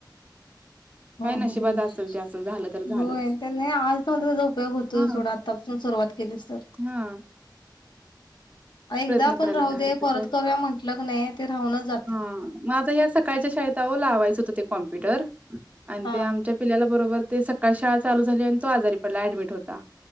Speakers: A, on the left (about 75°); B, on the right (about 20°).
A: हम
B: काय नशिबात
A: हम ह
B: असेल ते असेल झालं तर झालंच
A: होय नाही आज त्याचा उपयोग होतोय
B: हा
A: सोड आ ता पासून सुरुवात केलीस तर
B: हा
A: एकदा
B: प्रयत्न
A: आपण
B: करायला
A: राहू
B: काय हरकत
A: दे परत
B: आहे
A: करूया म्हंटलं क नाही ते राहूनच जातय
B: हा मं आता या सकाळच्या शाळेत आओ लावायच होतं ते कॉम्प्युटर आणि
A: हा
B: ते आमच्या पिल्याला बरोबर ते सकाळची शाळा चालू झाली आणि तो आजारी पडला ऍडमिट होता.